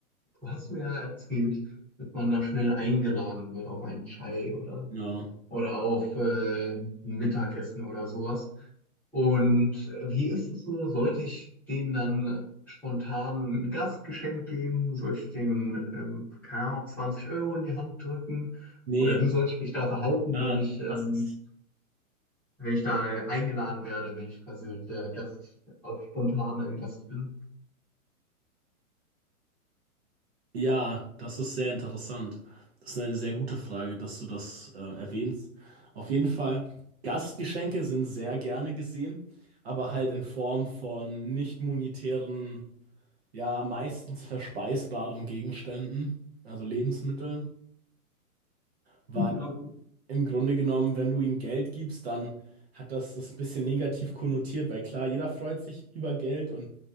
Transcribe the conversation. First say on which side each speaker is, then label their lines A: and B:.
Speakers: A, in the centre; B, on the right.
A: du hast mir ja erzählt, dass man da schnell eingeladen wird auf einen Chai oder
B: ja.
A: oder auf äh, Mittagessen oder sowas. Und wie ist es so? Sollte ich denen dann spontan ein Gastgeschenk geben? Soll ich denen, ähm, keine Ahnung, 20 Euro in die Hand drücken?
B: Nee,
A: Oder wie soll ich mich da verhalten,
B: ja,
A: wenn ich, ähm,
B: das ist,
A: wenn ich da eingeladen werde, wenn ich quasi der Gast, auch spontan ein Gast bin?
B: ja, das ist sehr interessant. Das ist eine sehr gute Frage, dass du das äh, erwähnst. Auf jeden Fall, Gastgeschenke sind sehr gerne gesehen, aber halt in Form von nicht monetären, ja, meistens verspeisbaren Gegenständen, also Lebensmitteln, weil
A: <laughs> Ja.
B: im Grunde genommen, wenn du ihm Geld gibst, dann hat das das ein bisschen negativ konnotiert, weil klar, jeder freut sich über Geld und